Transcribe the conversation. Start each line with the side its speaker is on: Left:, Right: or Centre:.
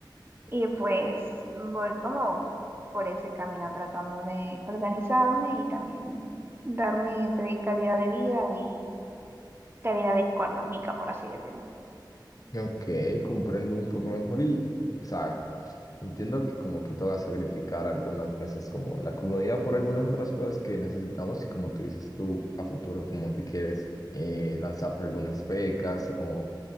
Right: Y pues voy como por ese camino tratando de organizarme y también darme entre calidad de vida y calidad económica, por así decirlo.
Left: Ok, comprendo un poco mejor y, o sea, entiendo que como que toca sacrificar algunas veces como la comodidad por algunas otras cosas que necesitamos y como tú dices tú, a futuro como que quieres eh, lanzarte algunas becas y como